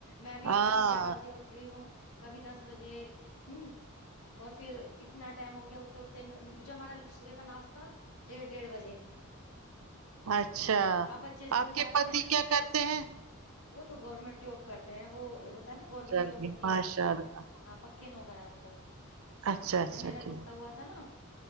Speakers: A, on the left (about 85°); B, on the right (about 75°).
A: میں بھی
B: ہاں
A: کبھی گیارہ بجے اٹھ رہی ہوں کبھی دس بجے ہوں اور پھر اتنا ٹائم ہو گیا اٹھتے اٹھتے جب ہمارا صبح کا ناشتہ ڈیڑھ ڈیڑھ بجے
B: اچھا
A: اب بچے اسکول
B: آپ کے
A: جاتے
B: پتی
A: ہیں
B: کیا کرتے ہیں
A: وہ تو گورنمنٹ جاب کرتے ہیں وہ ہوتا ہے نا گورنمینٹ
B: چلیے
A: جب ہوتی
B: ماشاء
A: ہے
B: اللہ
A: ہاں پکے نوکر ہے وہ تو
B: اچھا اچھا
A: جب میرا
B: ٹھیک
A: رشتہ ہوا تھا نا